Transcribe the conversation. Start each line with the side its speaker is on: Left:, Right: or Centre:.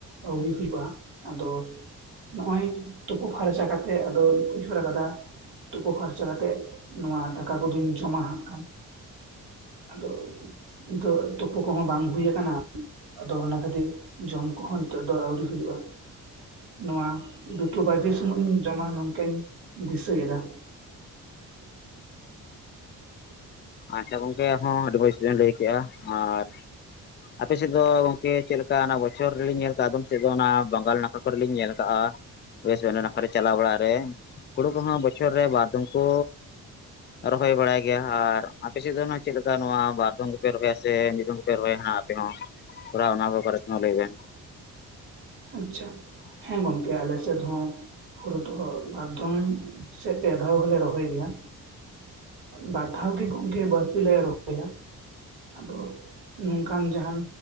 Right: ᱟᱹᱣᱨᱤ ᱦᱩᱭᱩᱜᱼᱟ ᱟᱫᱚ ᱱᱚᱜ ᱚᱚᱭ ᱛᱩᱯᱩ ᱯᱷᱟᱨᱪᱟ ᱠᱟᱛᱮᱜ ᱟᱫᱚᱧ ᱩᱭᱦᱟᱹᱨ ᱟᱠᱟᱫᱟ ᱛᱩᱯᱟᱹ ᱯᱷᱟᱨᱪᱟ ᱠᱟᱛᱮᱜ ᱱᱚᱣᱟ ᱫᱟᱠᱟ ᱠᱚᱫᱚᱧ ᱡᱚᱢᱟᱟᱜ ᱠᱷᱟᱱ ᱟᱫᱚ ᱱᱤᱛᱚᱜ ᱛᱳᱯᱳ ᱠᱚᱦᱚᱸ ᱵᱟᱝ ᱦᱩᱭᱩ ᱟᱠᱟᱱᱟ ᱟᱫᱚ ᱚᱱᱟ ᱠᱷᱟᱹᱛᱤᱨ ᱡᱚᱢ ᱠᱚᱦᱚᱸ ᱱᱤᱛᱚᱜ ᱫᱚ ᱟᱹᱣᱨᱤ ᱦᱩᱭᱩᱜᱼᱟ᱾ ᱱᱚᱣᱟ ᱫᱩᱴᱚ ᱵᱟᱡᱮ ᱥᱩᱢᱚᱭ ᱤᱧ ᱡᱚᱢᱟ ᱱᱚᱝᱠᱟᱧ ᱫᱤᱥᱟᱹᱭᱮᱫᱟ
Left: ᱟᱪᱪᱷᱟ ᱜᱚᱝᱠᱮ ᱦᱚᱸ ᱟᱹᱰᱤ ᱵᱡᱽᱵᱤᱧ ᱞᱟᱹᱭ ᱠᱮᱫᱮᱜᱼᱟ ᱟᱨ ᱟᱯᱮᱦ ᱥᱮᱫ ᱫᱚ ᱜᱚᱢᱠᱮ ᱪᱮᱫ ᱞᱮᱠᱟ ᱪᱠᱟ ᱚᱱᱟ ᱵᱚᱪᱷᱚᱨ ᱨᱮᱞᱤᱧ ᱧᱮᱞ ᱠᱟᱜᱼᱟ ᱟᱫᱚᱢ ᱥᱮᱫ ᱫᱚ ᱚᱱᱟ ᱵᱟᱝᱜᱟᱞ ᱱᱟᱲ ᱠᱚᱨᱮ ᱞᱤᱧ ᱧᱮᱞ ᱠᱟᱜᱼᱟ ᱚᱭᱮᱥᱴ ᱵᱮᱝᱜᱚᱞ ᱠᱚᱟᱨᱮ ᱪᱟᱞᱟᱣ ᱵᱟᱲᱟᱜ ᱨᱮ ᱦᱩᱲᱩ ᱠᱚᱦᱚᱸ ᱵᱚᱪᱷᱚᱨ ᱨᱮ ᱵᱟᱨᱫᱚᱢ ᱠᱚ ᱨᱚᱦᱚᱭ ᱵᱟᱲᱟᱭ ᱜᱮᱭᱟ ᱟᱨ ᱟᱯᱮ ᱥᱮᱫ ᱫᱚ ᱪᱮᱫ ᱞᱮᱠᱟ ᱱᱚᱣᱟ ᱵᱟᱨ ᱫᱚᱢ ᱜᱮᱯᱮ ᱨᱚᱦᱚᱭᱟ ᱥᱮ ᱢᱤᱫ ᱫᱚᱢ ᱯᱮ ᱨᱚᱦᱚᱭᱟᱱᱟᱜ ᱟᱯᱮ ᱦᱚᱸ ᱛᱷᱚᱲᱟ ᱚᱱᱟ ᱠᱚ ᱠᱚᱟᱨᱚᱛᱱᱚ ᱞᱟᱹᱭᱵᱮᱱ
Right: ᱟᱪᱪᱷᱟ ᱦᱮᱸ ᱜᱚᱝᱠᱮ ᱟᱞᱮ ᱥᱮᱫ ᱦᱚᱸ ᱦᱳᱲᱩ ᱫᱚ ᱵᱟᱨ ᱫᱷᱚᱢ ᱥᱮ ᱯᱮ ᱫᱷᱟᱣ ᱦᱚᱞᱮ ᱨᱚᱦᱚᱭ ᱜᱮᱭᱟ ᱵᱟᱨ ᱫᱷᱟᱣ ᱜᱮ ᱜᱚᱢᱠᱮ ᱵᱟᱹᱲᱛᱤ ᱞᱮ ᱨᱚᱦᱚᱭᱟ ᱟᱫᱚ ᱱᱚᱝᱠᱟᱱ ᱡᱟᱦᱟᱱ